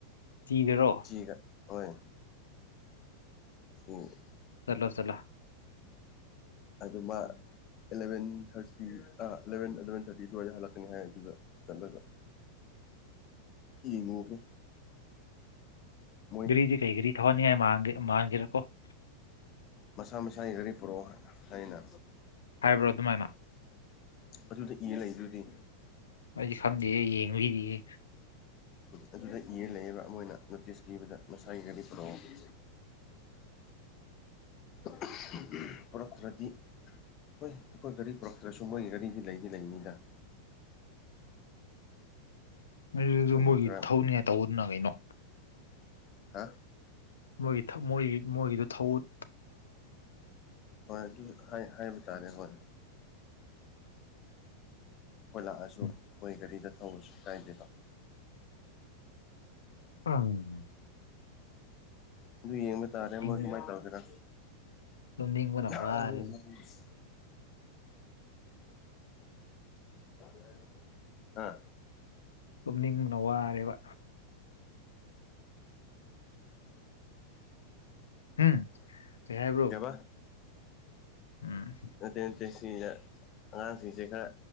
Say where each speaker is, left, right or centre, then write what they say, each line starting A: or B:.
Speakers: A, on the left; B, on the left.
A: ꯆꯤꯗꯔꯣ
B: ꯆꯤꯒ ꯍꯣꯏ <unintelligible>
A: ꯆꯠꯂꯣ ꯆꯂ
B: ꯑꯗꯨꯃ ꯑꯦꯂꯚꯦꯟ ꯊꯥꯔꯇꯤ ꯑꯥ ꯑꯦꯂꯚꯦꯟ ꯑꯋꯥꯏꯗ ꯍꯜꯂꯛꯀꯅꯤ ꯍꯥꯏ ꯑꯗꯨꯗ ꯆꯠꯂꯒ
A: <inaudible>
B: ꯌꯦꯉꯉꯨꯒꯦ <unintelligible>
A: <unintelligible>
B: ꯃꯁꯥ ꯃꯁꯥꯒꯤ ꯒꯥꯔꯤ ꯄꯨꯔꯛꯑꯣ ꯍꯥꯏꯅ
A: ꯍꯥꯏꯕ꯭ꯔꯣ ꯑꯗꯨꯃꯥꯏꯅ
B: ꯑꯗꯨꯗ ꯏꯔ ꯂꯩꯗꯨꯗꯤ
A: ꯑꯩꯗꯤ ꯈꯪꯗꯤꯌꯦ ꯌꯦꯡꯉ ꯏꯔꯤꯌꯦ
B: ꯑꯗꯨꯗ ꯏꯔ ꯂꯩꯑꯕ ꯃꯣꯏꯅ ꯅꯣꯇꯤꯁ ꯄꯤꯕꯗ ꯃꯁꯥꯒꯤ ꯒꯥꯔꯤ ꯄꯨꯔꯛꯑꯣ <unintelligible> ꯄꯨꯔꯛꯇꯔꯥꯗꯤ ꯍꯣꯏ ꯑꯩꯈꯣꯏ ꯒꯥꯔꯤ ꯄꯨꯔꯛꯇ꯭ꯔꯁꯨ ꯃꯣꯏꯒꯤ ꯒꯥꯔꯤꯗꯤ ꯂꯩꯗꯤ ꯂꯩꯅꯤꯗ
A: ꯑꯗꯨꯖꯨ
B: ꯑꯗꯨ
A: ꯃꯣꯏꯒꯤ
B: ꯈꯔ
A: ꯊꯧꯅꯤꯉꯥꯏ ꯇꯧꯕꯗꯨꯅ ꯀꯩꯅꯣ
B: ꯍꯥ
A: ꯃꯣꯏꯒꯤ ꯃꯣꯏꯒꯤ ꯃꯣꯏꯒꯤꯗ ꯊꯧꯎꯠ
B: <unintelligible> ꯍꯣꯏ ꯑꯗꯨ ꯍꯥꯏꯕ ꯇꯥꯔꯦ ꯍꯣꯏ ꯑꯩꯈꯣꯏ ꯂꯥꯛꯑꯁꯨ
A: ꯎꯝ
B: ꯃꯣꯏ ꯒꯥꯔꯤꯗ ꯊꯧꯔꯁꯨ ꯀꯥꯏꯗꯦꯕ
A: ꯎꯝ
B: ꯑꯗꯨ ꯌꯦꯡꯕ ꯇꯥꯔꯦ
A: ꯇꯨꯝꯅꯤꯡ-
B: ꯃꯣꯏ ꯀꯃꯥꯏꯅ ꯇꯧꯒꯦꯅ
A: ꯇꯨꯝꯅꯤꯡꯕꯅ
B: <unintelligible>
A: ꯋꯥꯔꯦ
B: <unintelligible> ꯑꯥ
A: ꯇꯨꯝꯅꯤꯡꯕꯅ ꯋꯥꯔꯦꯕ ꯎꯝ ꯀꯩ ꯍꯥꯏꯕ꯭ꯔꯣ
B: ꯀꯩꯕ
A: ꯎꯝ
B: ꯅꯠꯇꯦ ꯅꯠꯇꯦ ꯁꯤꯗ ꯑꯉꯥꯡꯁꯤꯡꯁꯦ ꯈꯔ